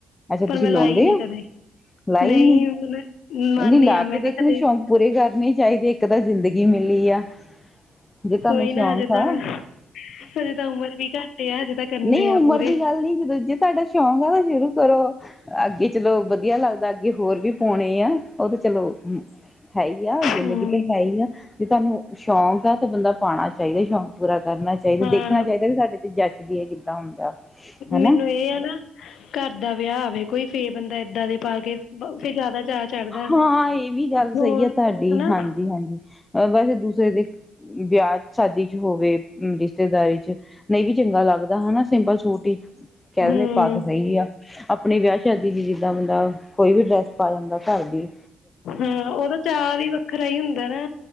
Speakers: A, on the left (about 15°); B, on the left (about 75°).
A: ਅੱਛਾ,
B: ਪਰ
A: ਤੁਸੀਂ
B: ਮੈਂ
A: ਲਾਉਦੇ
B: ਲਾਈ ਨੀ
A: ਹੋ?
B: ਕਦੇ
A: ਲਾਈ
B: ਨਹੀਂ
A: ਨੀ ਕਹਿੰਦੀ,
B: ਹੁਣ ਮੰਨ
A: ਲਾ
B: ਆ ਮੈਂ
A: ਕੇ
B: ਕਿਹਾ
A: ਦੇਖਣੇ
B: ਕਦੇ
A: ਸ਼ੌਂਕ ਪੂਰੇ ਕਰਨੇ ਚਾਹੀਦੇ। ਦਾ ਜ਼ਿੰਦਗੀ ਮਿਲੀ ਆ। ਜੇ ਤੁਹਾਨੂੰ
B: ਕੋਈ
A: ਸ਼ੌਂਕ
B: ਨਾ ਹਜੇ ਤਾਂ
A: ਆ
B: ਹਜੇ, ਤਾਂ ਉਮਰ ਵੀ ਘੱਟ ਆ ਹਜੇ ਤਾਂ ਕਰਨੇ
A: ਨਹੀਂ ਉਮਰ
B: ਆ ਪੂਰੇ
A: ਦੀ ਗੱਲ ਨੀ ਸੀ, ਦੂਜੇ ਤੁਹਾਡਾ ਸ਼ੌਂਕ ਆ ਤਾਂ ਸ਼ੁਰੂ ਕਰੋ। ਅੱਗੇ ਚਲੋ ਵਧੀਆ ਲੱਗਦਾ, ਅੱਗੇ ਹੋਰ ਵੀ ਪਾਣੇ ਆ ਉਹ ਤੇ ਚਲੋ। ਹੂੰ ਹੈ ਹੀ ਆ ਜ਼ਿੰਦਗੀ
B: ਹੂੰ
A: ਤੇ ਹੈ ਹੀ ਆ, ਜੇ ਤੁਹਾਨੂੰ ਸ਼ੌਂਕ ਆ ਤੇ ਬੰਦਾ ਪਾਉਣਾ। ਚਾਹੀਦਾ ਸ਼ੌਂਕ ਪੂਰਾ ਕਰਨਾ ਚਾਹੀਦਾ,
B: ਹਾਂ
A: ਦੇਖਣਾ ਚਾਹੀਦਾ ਵੀ ਸਾਡੇ 'ਤੇ ਜੱਚਦੀ ਹੈ ਕਿੱਦਾਂ ਹੁੰਦਾ। ਹਨਾ
B: ਮੈਨੂੰ ਇਹ ਆ ਨਾ ਘਰ ਦਾ, ਵਿਆਹ ਆਵੇ ਕੋਈ ਫੇਰ ਬੰਦਾ। ਇੱਦਾਂ ਦੇ ਪਾ ਕੇ ਫੇਰ ਜ਼ਿਆਦਾ। ਚਾਅ ਚੜ੍ਹਦਾ
A: ਹਾਂ ਇਹ ਵੀ ਗੱਲ
B: ਹੋਰ
A: ਸਹੀ ਹੈ, ਤੁਹਾਡੀ
B: ਹਨਾ
A: ਹਾਂਜੀ-ਹਾਂਜੀ ਵੈਸੇ ਦੂਸਰੇ ਦੇ ਵਿਆਹ ਸ਼ਾਦੀ ਚ ਹੋਵੇ, ਰਿਸ਼ਤੇਦਾਰੀ ਚ ਨਹੀਂ ਵੀ ਚੰਗਾ ਲੱਗਦਾ ਹਨਾ ਸਿੰਪਲ ਸੂਟ ਹੀ ਕਹਿ
B: ਹੂੰ
A: ਦਿੰਦੇ ਪਾ ਕੇ ਸਹੀ ਆ, ਆਪਣੀ ਵਿਆਹ ਸ਼ਾਦੀ ਸੀ ਜਿੱਦਾਂ ਬੰਦਾ ਕੋਈ ਵੀ ਡਰੈਸ ਪਾ ਜਾਂਦਾ। ਕਰਦੀ।
B: ਹਾਂ ਉਹਦਾ ਚਾਅ ਵੀ ਵੱਖਰਾ ਹੀ ਹੁੰਦਾ ਨਾ।